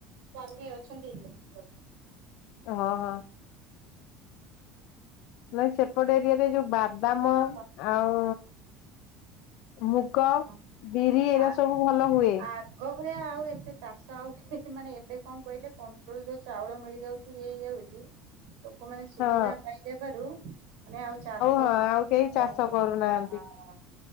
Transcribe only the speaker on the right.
ସ୍ୱାମୀ ଅଛନ୍ତି ଇଲେକ୍ଟ୍ରି ରେ।
ହଁ
ହଁ।
ଆ
ଆଗ ଭଳିଆ ଆଉ ଏତେ ଚାଷ ଆଉ। ହିଁ ମାନେ ଏବେ କଣ କହିଲେ କଣ୍ଟ୍ରୋଲ ଯୋଉ ଚାଉଳ ମିଳିଯାଉଛି ଇଏ ହେଇଯାଉଛି ଲୋକମାନେ ସୁବିଧା
ପାଇଯେବାରୁ ମାନେ ଆଉ ଚାଷ
କରୁ ନାହାନ୍ତି
ହଁ।